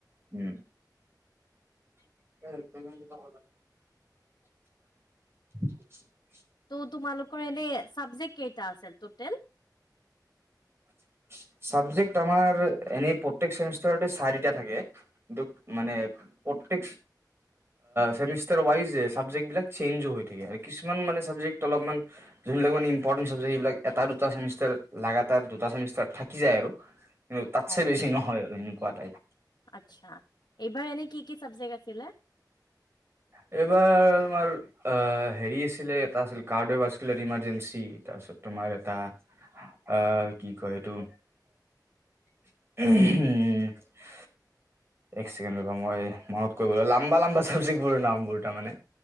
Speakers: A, on the right; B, on the left.
A: উম <unintelligible> <unintelligible> <inaudible>
B: ত' তোমালোকৰ এনে ছাবজেক্ট কেইটা আছিল তোতেল
A: <inaudible> চাবজেক্ট আমাৰ এনেই প্ৰতেক ছেমিষ্টাৰ চাৰিটা থাকে কিন্তু মানে <unintelligible> ছেমিষ্টাৰ ৱাইজ ছাবজেক্টবিলাক চেঞ্জ হৈ থাকে আৰু কিছুমান মানে ছাবজেক্ট অলপমান যোনবিলাক মানে ইম্পৰটেন্ট চাবজেক্ট সেইবিলাক এটা দুটা চেমিষ্টাৰ লগাতাৰ দুটা ছেমিষ্টাৰ থাকি যায় আৰু কিন্তু তাতছে
B: অ'
A: বেছি নহয় আৰু এনেকুৱা টাইপ
B: আচ্ছা এইবাৰ এনে কি কি চাবজেক্ আছিলে
A: এ এইবাৰ তোমাৰ হেৰি আছিলে এটা আছিল <unintelligible> ইমাৰ্জেঞ্চি তাৰপিছত তোমাৰ এটা আহ কি কয় এইটো উম এক ছেকেণ্ড ৰবা মই মনত কৰিব লাগিব লাম্বা লাম্বা চাবজেক্টবোৰৰ নাম বোৰ তাৰমানে